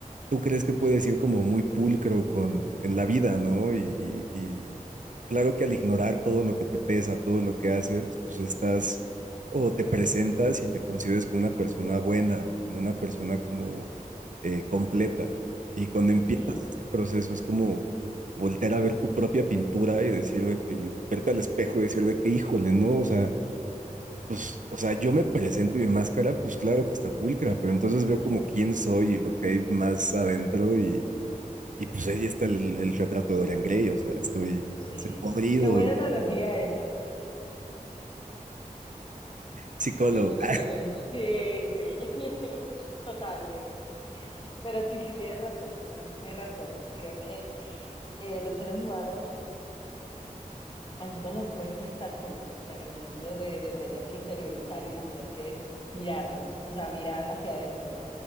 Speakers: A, on the right; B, on the left.
A: tú crees que puedes ir como muy pulcro con, en la vida, ¿no? Y, y- y claro que al ignorar todo lo que te pesa, todo lo que haces, pues estás o te presentas y te consideras como una persona buena o como una persona como eh, completa. Y cuando
B: ujú,
A: empiezas este proceso es como voltear a ver tu propia pintura y decir de que, verte al espejo y decir de que, híjole, ¿no? O sea, pues, o sea, yo me presento y mi máscara, pues claro que está pulcra, pero entonces veo
B: mm,
A: como quién soy y lo que hay más adentro y, y pues ahí está el, el retrato de Dorian Gray, o sea, estoy,
B: sí.
A: estoy podrido,
B: Qué buena
A: y-
B: analogía esa.
A: psicólogo.
B: Qué buena
A: Ah,
B: analogía. Sí, sí. <laughs> Totalmente. Pero sí, sí tienes razón, o sea, sí tienes razón. Y creo que eh, los seres humanos, a nosotros nos cuesta estar solos, o sea, en el sentido de, de tener que interiorizar y de tener que mirarnos, o sea, mirar hacia adentro.